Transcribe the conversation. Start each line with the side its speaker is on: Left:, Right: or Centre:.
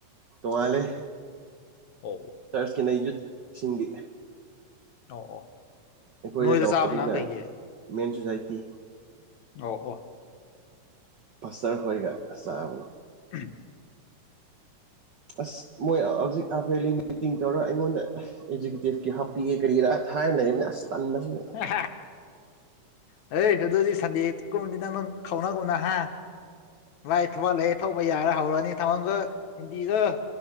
Right: ꯇꯣꯉꯥꯜꯂꯦ
Left: ꯑꯣ
Right: ꯆꯔꯆꯀꯤꯅ ꯌꯨꯠꯁꯤꯡꯒꯤ
Left: ꯇꯣꯛꯑꯣ
Right: ꯑꯩꯈꯣꯏꯗ
Left: ꯅꯣꯏꯗ
Right: ꯇꯧꯕꯗꯨꯅ
Left: ꯆꯥꯕꯅ ꯀꯩꯒꯤ
Right: ꯃꯦꯟ ꯁꯣꯁꯥꯏꯇꯤ
Left: ꯑꯣ ꯑꯣ
Right: ꯄꯥꯁꯇ꯭ꯔ ꯈꯣꯏꯒ ꯆꯥꯕꯅꯤ
Left: ꯎꯝ
Right: ꯑꯁ ꯃꯣꯏ ꯍꯧꯖꯤꯛ ꯔꯦꯜꯂꯤ ꯃꯤꯇꯤꯡ ꯇꯧꯔꯒ ꯑꯩꯉꯣꯟꯗ ꯑꯦꯖꯤꯨꯀꯨꯇꯤꯞꯀꯤ ꯍꯥꯞꯄꯤꯒꯦ ꯀꯔꯤꯒꯤꯔꯥ ꯉꯥꯛꯇ ꯍꯥꯏꯔ ꯂꯩꯕꯅꯤ ꯑꯁ ꯇꯟꯕꯁꯤꯒ
Left: ꯑꯍꯦ ꯍꯦ ꯍꯦ ꯑꯦꯁ ꯑꯗꯨꯗꯤ ꯁꯟꯗꯦ ꯒꯨꯝꯕꯗꯤ ꯅꯪ ꯈꯅꯥꯎ ꯒꯣꯅꯍ ꯚꯥꯏ ꯊꯧꯍꯜꯂꯦ ꯊꯧꯕ ꯌꯥꯔꯦ ꯍꯧꯔꯅꯤ ꯊꯥꯡꯃꯜꯒ ꯍꯤꯟꯗꯤꯒ